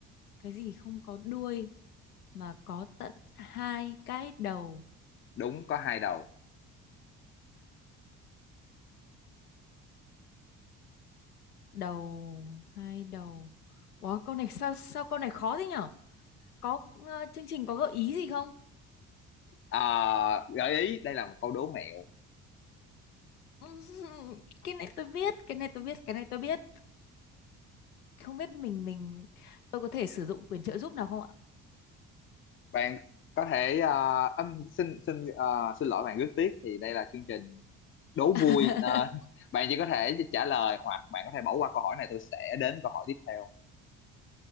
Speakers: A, on the left; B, on the left.
A: cái gì không có đuôi mà có tận hai cái đầu
B: đúng có hai đầu
A: đầu hai đầu wow câu này sao sao câu này khó thế nhở có ờ, chương trình có gợi ý gì không
B: Ờ, gợi ý đây là một câu đố mẹo
A: Ừm, cái này tôi biết cái này tôi biết cái này tôi biết không biết mình mình tôi có thể sử dụng quyền trợ giúp nào không ạ
B: bạn có thể ờ, âm xin xin ờ, xin lỗi bạn rất tiếc thì đây là chương trình đố
A: <laughs>
B: vui nên <laughs> bạn chỉ có thể trả lời hoặc bạn có thể bỏ qua câu hỏi này tôi sẽ đến câu hỏi tiếp theo